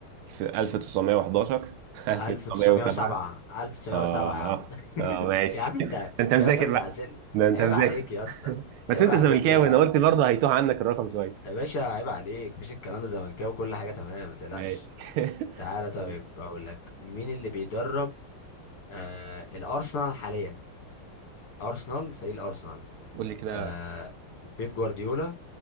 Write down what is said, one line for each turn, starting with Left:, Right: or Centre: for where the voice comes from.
Right: في 1911 1907
Left: 1907 1907
Right: <laughs> آه
Left: يا عم
Right: آه
Left: <laughs>
Right: ماشي
Left: يا عم انت
Right: <laughs> أنت مذاكر
Left: يا اسطى انت
Right: بقى
Left: عسل
Right: ده أنت
Left: عيب
Right: مذاكر
Left: عليك يا اسطى
Right: <laughs>
Left: عيب
Right: بس أنت
Left: عليك
Right: زملكاوي
Left: ده
Right: أنا قلت برضه هيتوه عنك الرقم شوية
Left: يا باشا عيب عليك مفيش الكلام ده زملكاوي وكل حاجه تمام ما تقلقش
Right: ماشي
Left: تعالى طيب
Right: <laughs>
Left: اقول لك مين اللي بيدرب آه الارسنال حاليا ارسنال فريق الارسنال
Right: قول لي كده
Left: آه بيب جوارديولا